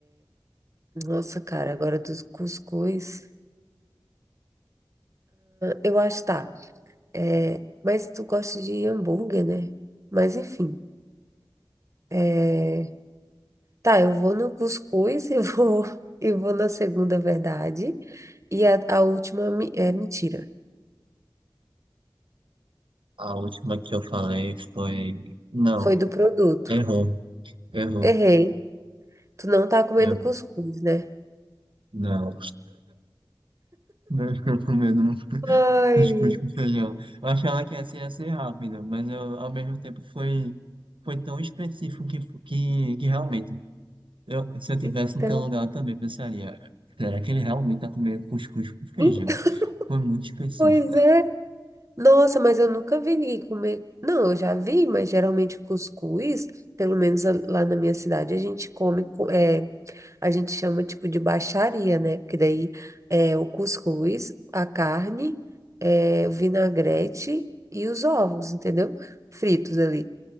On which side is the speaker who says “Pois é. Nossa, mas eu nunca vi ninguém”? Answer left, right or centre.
Right